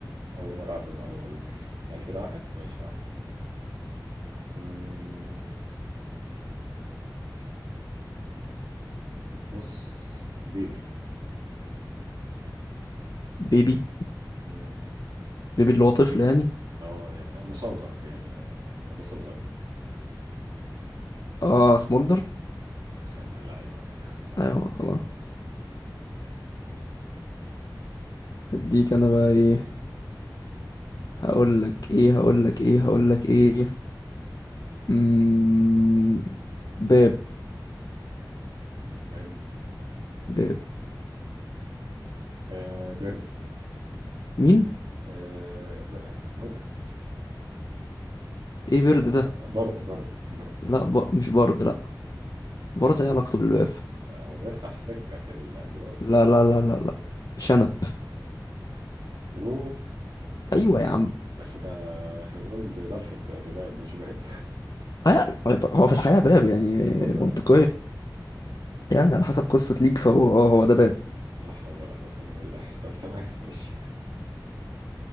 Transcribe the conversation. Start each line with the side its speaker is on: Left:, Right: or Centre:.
Right: أول مرة أعرف المعلومة دي يعني كده واحد ماشي واحد مم، بص بيبي
Left: بيبي
Right: مم،
Left: بيبي اللي هو طفل يعني
Right: اه يعني مصغر يعني هو هو لسه صغير
Left: اه سمولدر
Right: يا ابن اللعيبة <laughs> صح
Left: ايوه خلاص هديك انا بقى ايه هقول لك ايه هقول لك ايه هقول لك ايه مم... باب
Right: باب
Left: باب
Right: آه، بيرد
Left: مين
Right: آه، ب- آه، اسمه إيه ده؟
Left: ايه
Right: اسم
Left: برد
Right: لا،
Left: ده
Right: برد برد برد
Left: لا ب... مش برد لا برد ايه علاقته بالباب
Right: هو بيفتح سكة في الجدار
Left: لا لا لا لا لا شنب
Right: برو
Left: ايوه يا عم
Right: بس ده احنا بنقول ده ضلفة دولاب مش باب
Left: آه، طيب، هو في الحقيقه باب يعني
Right: <laughs> والله
Left: منطقيه يعني على حسب قصه ليك فهو اه هو ده باب
Right: لا حول ولا قوة إلا بالله <laughs> طب تمام ماشي